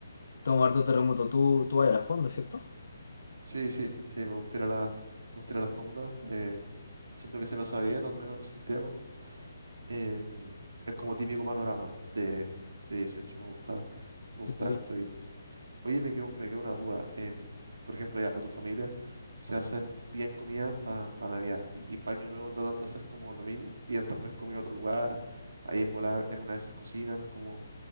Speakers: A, on the left (about 60°); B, on the right (about 65°).
A: tomo harto terremoto. Tú, tú vas a la fonda, ¿cierto?
B: sí, sí, sí, me gustaría la, me gustaría la fonda. eh, siento que se pasa bien, al menos en Santiago. em, es como típico panorama de, de 18, me gusta, me gusta
A: Sí.
B: harto ir. Oye, me quedó, me quedó una duda. em, por ejemplo, ya para tu familia, se hacen, piden comida para Navidad y, para Año Nuevo tratan de hacer como lo mismo. Piden tal vez comida a otro lugar, ahí en volada, en una de esas cocinan, cómo,